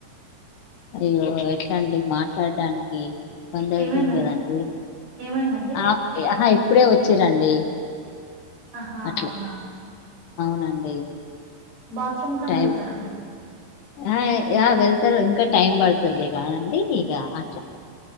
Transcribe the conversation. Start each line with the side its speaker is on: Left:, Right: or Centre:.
Left: అయ్యో ఎట్లాండి మాట్లాడ్డానికి ఇబ్బంది అయితుంది
Right: ఏమైందండి
Left: కదండి
Right: ఏమైందండి
Left: ఆ అహా ఇప్పుడే వచ్చిరండి
Right: ఆహా
Left: అట్లా
Right: అవునా
Left: అవునండి
Right: బాత్రూమ్ కన్నా
Left: టైం
Right: ఎళ్తారండి
Left: ఆ ఆ వెళ్తారు ఇంకా టైం పడుతుల్లె గానండి ఇగ అట్లా